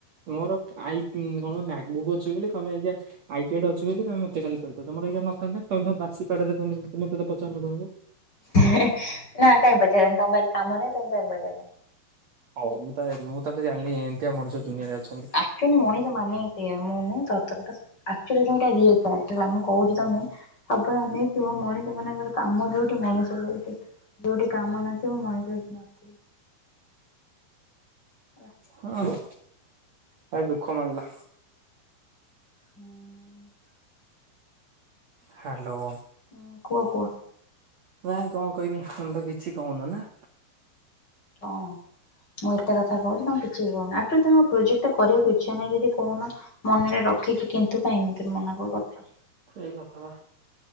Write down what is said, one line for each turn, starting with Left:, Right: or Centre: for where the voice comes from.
Right: ମୋର ଆଇକୁଂ କଣ ମ୍ୟାଥ୍ ବୁକ୍ ଅଛି ବୋଲି ତମେ ଏଇଗା ଆଇ ପ୍ୟାଡ୍‌ ଅଛି ବୋଲି ତମେ ମତେ ଖାଲି କହିଦୋଉ ତମର ଏଇଗା ନଥାନ୍ତା ତମେ ତ ବାସି ପାଡରେ ତମେ ତ ମତେ ତ ପଚାରି ନଥାନ୍ତ।
Left: <unintelligible> ନା କାଇଁ ପଚାରିବିନି ତମ ପାଖରେ କାମ ନାହିଁ ତମକୁ କାଇଁ ପଚାରିଥାନ୍ତି।
Right: ହୋଉ ମୁଁ ତା ମୁଁ ତାହେଲେ ଜାଣିଲି ଏମିତିଆ ମଣିଷ ଦୁନିଆରେ ଅଛନ୍ତି।
Left: ଆକଚ୍ୟୁଏଲି ମଣିଷ ମାନେ ସେଇଆ ମୁଁ ମୁଁ ସତ କଥା ସବୁ। ଆକୁଚ୍ୟୁଏଲି ରିଲସ୍ <unintelligible> ମୁଁ କୋହୁଚି ତମେ ସବୁ ବେଳେ ଅନେଇ ଥିବ ମଣିଷ ମାନଙ୍କର କାମ ଯୋଉଠି ମଣିଷ ସେଇଠି। ଯୋଉଠି କାମ ନଥିବେ ମଣିଷ ସେଠି ନଥିବେ। ହେଲା।
Right: ହଁ ଭାଇ ଦୁଃଖ ମାଡିଲା।
Left: ହୁଁ।
Right: ହ୍ୟାଲୋ।
Left: ହୁଁ କୁହ କୁଅ।
Right: ନାଇଁ କଣ କହିବି ତମେ ତ କିଛି କୋହୁନ ନା।
Left: କଣ? ମୁଁ ଏତେ କଥା କୋହୁଚି ତମେ କିଛି ବି କୋହୁନ। ଆକଚୋଲି ତମ ପ୍ରୋଜେକ୍ଟ କରିବାକୁ ଇଚ୍ଛା ନାହି ଯଦି କୋହୁନ? ମନରେ ରଖିକି କିନ୍ତୁ କାଇଁ ଏମିତି ମନା କ-କରୁଚ।
Right: ସେଇ କଥା ପା,